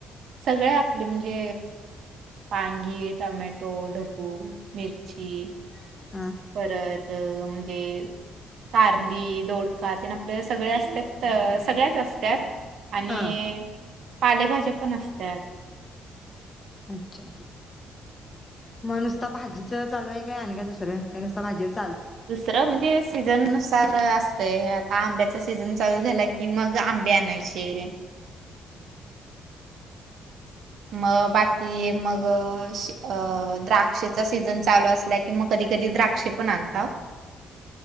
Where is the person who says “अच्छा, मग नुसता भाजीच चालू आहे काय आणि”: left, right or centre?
Left